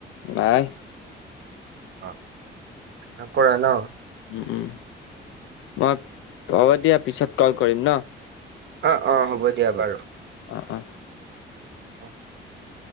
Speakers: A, on the left (about 85°); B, on the right (about 65°).
A: নাই
B: অ ন কৰা ন
A: উম উ মই হব দিয়া পিছত কল কৰিম ন
B: অ অ হ'ব দিয়া বাৰু
A: অঁ অঁ
B: <inaudible>